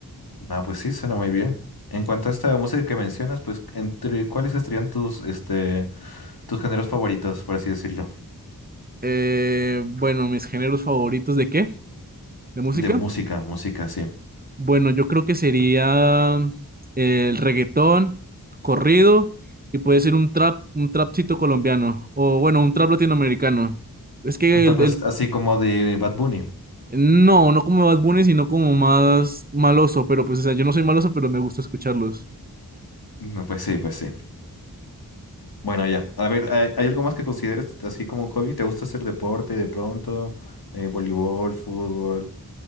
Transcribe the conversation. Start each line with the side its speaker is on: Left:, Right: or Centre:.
Left: Ah, pues sí, suena muy bien. En cuanto a esta música que mencionas, pues, ¿entre cuáles estarían tus, este, tus géneros favoritos, por así decirlo?
Right: Eh, bueno, mis géneros favoritos de qué? ¿De música?
Left: De música, música, sí.
Right: Bueno, yo creo que sería mm, el reggaetón, corrido, y puede ser un trap, un trapcito colombiano, o bueno, un trap latinoamericano. Es que
Left: Un trap
Right: el,
Left: as-
Right: el-
Left: así como de Bad Bunny.
Right: no, no como Bad Bunny, sino como más maloso, pero pues, o sea, yo no soy maloso, pero me gusta escucharlos.
Left: No, pues sí, pues sí. Bueno, ya. A ver, ¿hay, hay algo más que consideres así como un hobby? ¿Te gusta hacer deporte de pronto? Eh, voleibol, fútbol.